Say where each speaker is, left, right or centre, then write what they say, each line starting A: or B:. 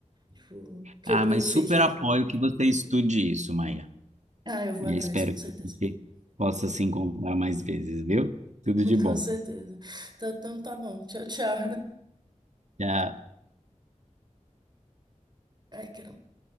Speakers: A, on the right; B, on the right.
A: Tipo, que
B: Ah,
A: eu,
B: mas
A: eu sei
B: super
A: que.
B: apoio que você estude isso, Maia.
A: Ah, eu vou
B: E
A: atrás,
B: eu espero
A: com
B: que
A: certeza.
B: a gente possa se encontrar mais vezes, viu? Tudo
A: <laughs>
B: de bom.
A: Com certeza. Então, então tá bom. Tchau, tchau.
B: Tchau.
A: <laughs> Ai, caramba.